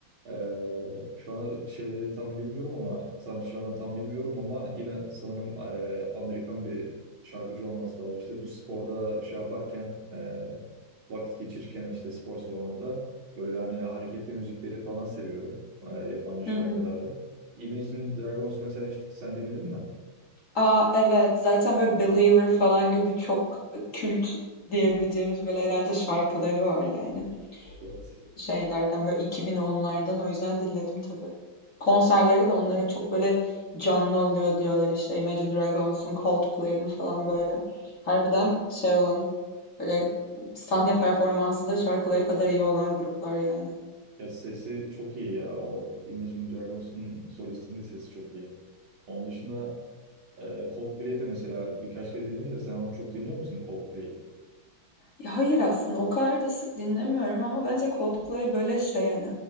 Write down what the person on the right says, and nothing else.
Ee, şu an şeyleri tam bilmiyorum ama sanatçılardan tam bilmiyorum ama yine sanırım e, Amerikan bir şarkıcı olması lazım. İşte bu sporda şey yaparken e, vakit geçirirken işte spor salonunda böyle hani hareketli müzikleri falan seviyorum e, yabancı şarkılarda.
Imagine Dragons mesela hiç sen dinledin mi?
Evet.
Ya sesi çok iyi ya. O Imagine Dragons'un solistinin de sesi çok iyi. Onun dışında Ee, Coldplay'de mesela birkaç kere dinledim de sen onu çok dinliyor musun Coldplay?